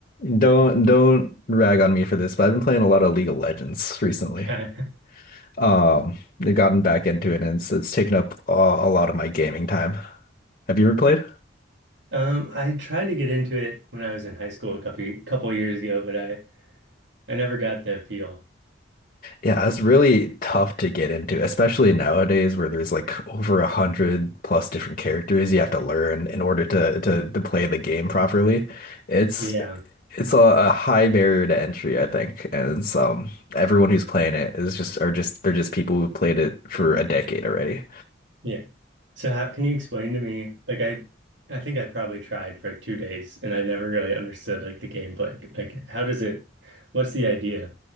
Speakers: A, on the left; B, on the right.
A: don't don't rag on me for this, but I've been playing a lot of League of Legends recently.
B: <laughs> Gotcha.
A: Um, I've gotten back into it and it's it's taken up a, a lot of my gaming time. Have you ever played?
B: Um, I tried to get into it when I was in high school a couple couple years ago, but I I never got the appeal.
A: Yeah, it's really tough to get into, especially nowadays where there's like over a hundred plus different characters you have to learn in order to to to play the game properly. It's
B: Yeah.
A: it's a, a high barrier to entry, I think. And it's, um, everyone who's playing it is just are just they're just people who've played it for a decade already.
B: Yeah. So how can you explain to me? Like I I think I probably tried for like two days and I never really understood like the gameplay. Like how does it what's the idea?